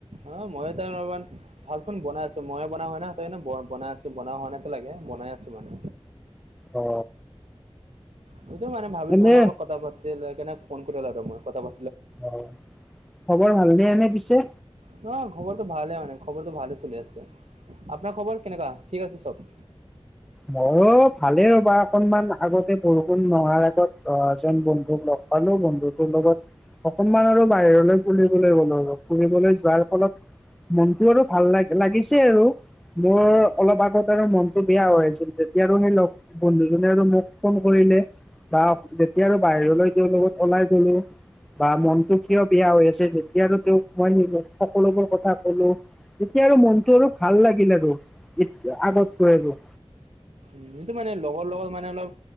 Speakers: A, on the right (about 80°); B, in the centre.
A: অ মই এতিয়া বৰ্তমান ভালখন বনাই আছো ময়ে বনাও হয় না সেইকাৰে বনাই আছো বনাই হোৱাই নাই এতিয়ালৈকে বনাই আছো মানে
B: অ
A: সেইটো মানে ভাবিছো
B: এনে
A: মানে অলপ কথা পাতি লৈ কেনে ফোন কৰিলো আৰু মই কথা পা
B: অ খবৰ ভালনে এনে পিছে
A: নহ খবৰটো ভালে মানে খবৰটো ভালে চলি আছে আপোনাৰ খবৰ কেনেকা ঠিক আছে চব
B: মইয়ো ভালেই ৰ'বা অকনমান আগতে বৰষুণ নোহোৱাৰ আগত অ এজন বন্ধুক লগ হেললো বন্ধুতোৰ লগত অকনমান আৰু বাহিৰলৈ ফুৰিবলৈ গলো ফুৰিবলৈ যোৱাৰ ফলত মনটো আৰু ভাল লা লাগিছে আৰু মোৰ
A: উম
B: অলপ আগত আৰু মনটো বেয়া হৈ আছিল যেতিয়া আৰু সেই লগ বন্ধুজনে আৰু মোক ফোন কৰিলে তাৰ যেতিয়া আৰু বাহিৰলৈ তেওঁৰ লগত ওলাই গলো বা মনটো কিয় বেয়া হৈ আছে যেতিয়া আৰু তেওঁক মই সেই সকলোবোৰ কথা কলো এতিয়া আৰু মনটো আৰু ভাল লাগিল আৰু এত আগতকৈ আৰু
A: সেইটো মানে লগৰ লগত মানে অলপ